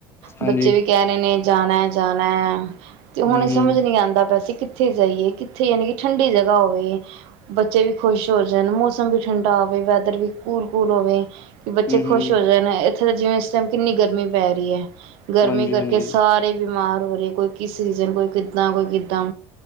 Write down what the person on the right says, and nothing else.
ਬੱਚੇ ਵੀ ਕੈ ਰੇ ਨੇ ਜਾਨਾਜਾਨਾਤੇ ਹੁਨ
ਸਮਝ ਨੀ ਆਂਦਾ ਪਿਆ। ਅਸੀ ਕਿ ਕਿਥੇ ਜਾਈਏ ਕਿੱਥੇ ਯਾਨੀ ਕਿ ਠੰਡੀ ਜਗਾ ਹੋਵੇ। ਬੱਚੇ ਵੀ ਖੁਸ਼ ਹੋ ਜਾਨ ਮੌਸਮ ਵੀ ਠੰਡਾ ਹੋਵੇ ਵੈਦਰ ਵੀ ਕੂੱਲਕੂੱਲ ਹੋਵੇ। ਕੀ ਬੱਚੇ
ਖੁਸ਼
ਹੋ ਜਾਨਇੱਥੇ ਤਾਂ ਜਿਵੇਂ ਇਸ ਟਾਈਮ ਕਿੰਨੀ ਗਰਮੀ ਪੈ ਰੀਐ। ਗਰਮੀ
ਕਰਕੇ
ਸਾਰੇ ਬਿਮਾਰ ਹੋਰੇ ਕੋਈ ਕਿਸ ਸੀਜ਼ਨ ਕੋਈ ਕਿੱਦਾਂ ਕੋਈ ਕਿੱਦਾਂ।